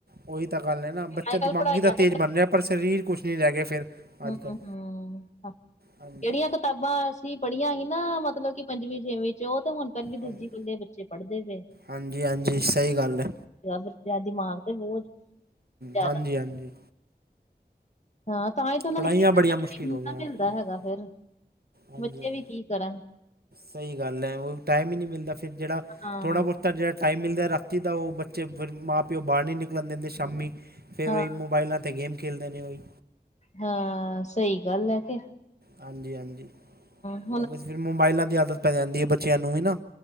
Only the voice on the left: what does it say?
ਅੱਜ ਕੱਲ੍ਹ
ਪੜ੍ਹਾਈਆਂ
ਦੇ
ਹਮ
ਹਮ ਹਮ,
ਜਿਹੜੀਆਂ- ਕਿਤਾਬਾਂ ਅਸੀਂ ਪੜ੍ਹੀਆਂ ਹੀ ਨਾ ਮਤਲਬ ਕਿ ਪੰਜਵੀਂ- ਛੇਵੀਂ ਉਹ ਤੇ ਹੁਣ ਪਹਿਲੀ- ਦੂਜੀ
ਵੇਲੇ ਬੱਚੇ ਪੜ੍ਹਦੇ ਪਏ।
ਬੱਚਿਆਂ ਦਿਮਾਗ ਤੇ ਬਹੁਤ ਜ਼ਿਆਦਾ
ਹਾਂ ਤਾਂ ਈ ਤਾਂ ਉਹਨਾਂ
ਨੂੰ ਖੇਲਣ
ਦਾ
ਟਾਇਮ
ਨਾ ਮਿਲਦਾ
ਹੈਗਾ, ਫਿਰ
ਬੱਚੇ
ਵੀ ਕੀ ਕਰਨ
ਹਾਂ
ਹਾਂ
ਹਾਂ, ਸਹੀ ਗੱਲ ਐ ਤੇ
ਹੂੰ